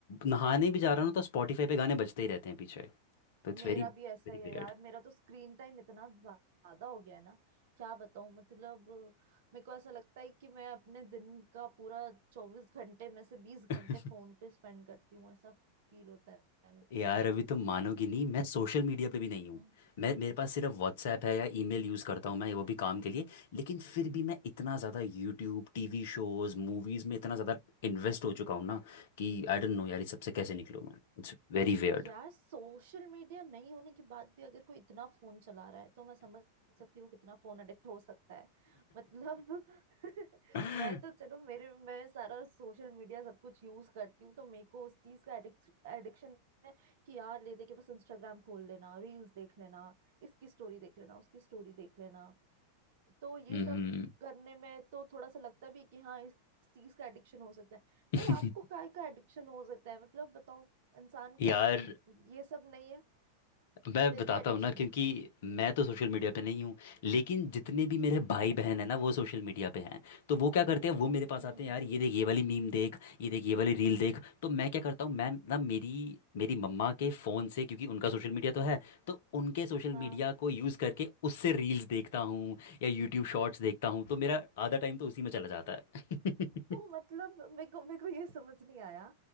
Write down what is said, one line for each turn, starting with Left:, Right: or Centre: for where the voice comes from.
Left: नहाने भी जा रहा हूँ तो स्पॉटिफाई पे गाने बजते ही रहते हैं पीछे तो
Right: मेरा
Left: इट्स वेरी
Right: भी ऐसा
Left: वेरी
Right: ही
Left: वियर्ड
Right: है यार मेरा तो स्क्रीन टाइम इतना ज्यादा हो गया है ना क्या बताऊं मतलब मेरे को ऐसा लगता है कि मैं अपने दिन का पूरा चौबीस घंटे में से बीस
Left: <laughs>
Right: घंटे फोन पे स्पेंड करती हूँ ऐसा फील होता है मेरे को
Left: यार अभी तो मानोगी नहीं मैं सोशल मीडिया पे भी नहीं हूँ
Right: हम्म।
Left: मैं मेरे पास सिर्फ व्हाट्सएप है या ईमेल यूज़ करता हूँ मैं वो भी काम के लिए लेकिन फिर भी मैं इतना ज़्यादा यूट्यूब टीवी शोज़ मूवीज़ में इतना ज़्यादा इन्वेस्ट हो चुका हूँ ना कि आई डोंट नो यार इस सबसे कैसे निकलूँ मैं It's very weird
Right: यार सोशल मीडिया नहीं होने के बाद भी अगर कोई इतना फोन चला रहा है तो मैं समझ सकती हूँ कितना फोन एडिक्ट हो सकता है मतलब <laughs>
Left: <laughs>
Right: मैं तो चलो मेरे मैं सारा सोशल मीडिया सब कुछ यूज करती हूँ तो मेरे को उस चीज का एडिक्शन है कि यार ले दे के बस इंस्टाग्राम खोल लेना रील्स देख लेना इसकी स्टोरी देख लेना उसकी स्टोरी देख लेना तो ये
Left: हम्म
Right: सब करने में तो थोड़ा सा लगता भी है कि हाँ इस चीज का एडिक्शन हो सकता है
Left: <laughs>
Right: पर आपको काय का एडिक्शन हो सकता है मतलब बताओ इंसान
Left: यार
Right: को ये सब नहीं है
Left: मैं
Right: फिर
Left: बताता
Right: भी एडिक्शन
Left: हूँ ना क्योंकि
Right: है
Left: मैं तो सोशल मीडिया पे नहीं हूँ लेकिन जितने भी मेरे भाई बहन है ना वो सोशल मीडिया पे हैं तो वो क्या करते हैं वो मेरे पास
Right: हम्म
Left: आते हैं यार ये देख ये वाली मीम देख ये देख ये वाली रील देख तो मैं क्या करता हूँ मैं ना मेरी मेरी मम्मा के फ़ोन से क्योंकि उनका सोशल मीडिया तो है तो उनके सोशल
Right: हाँ
Left: मीडिया को यूज़ करके उससे रील्स देखता हूँ या यूट्यूब शॉर्ट्स देखता हूँ तो मेरा आधा टाइम तो उसी में चला जाता है <laughs>
Right: तो मतलब मेरे को मेरे को ये समझ नहीं आया